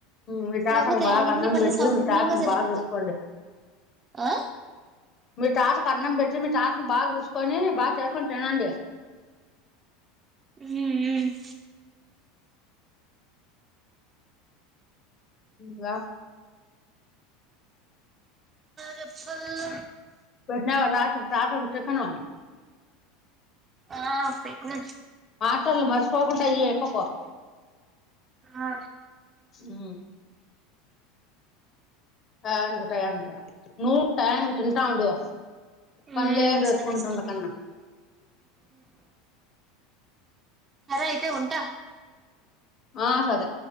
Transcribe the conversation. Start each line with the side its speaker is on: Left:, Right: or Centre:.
Left: మీఠాసకు
Right: లేకపోతే
Left: బాగా
Right: అన్ని
Left: అన్నం
Right: పనులు
Left: పెట్టి
Right: సవ్యంగా
Left: మీఠాసను
Right: జరిగిపోతాయి
Left: బాగా చూసుకోండి
Right: ఆ
Left: మీ తాతకు అన్నం పెట్టి మీ తాతని బాగా చూసుకొని బాగా చేసుకుొని తినండి
Right: హ్మ్మ్ హ్మ్మ్
Left: వా
Right: చెప్పల్
Left: రా రా టకను
Right: ఆ పెట్టిన
Left: అ మరిచపోకుంటయ ఎప్ప కొర
Right: ఆ
Left: హ్మ్మ్ అనునికి టయానికి నూరు టయాను తింటూ ఉండు
Right: ఆ
Left: పని లేదు వేసుకుంటున్న
Right: సరే సరే
Left: కన్నా
Right: సరే అయితే ఉంటా
Left: ఆ సరే